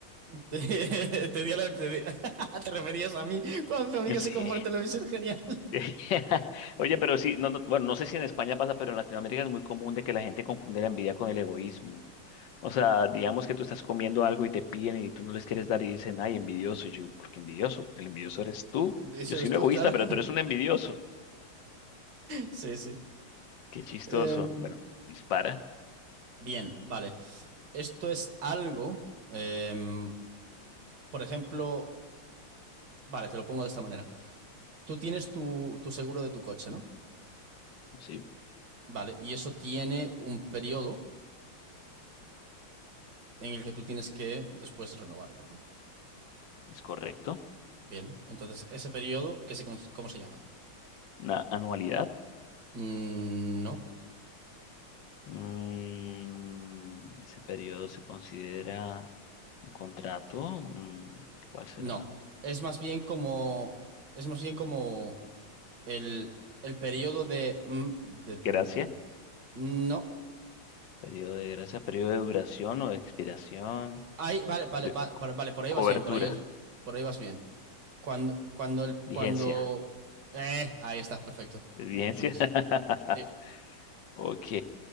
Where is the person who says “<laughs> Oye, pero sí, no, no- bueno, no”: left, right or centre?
Left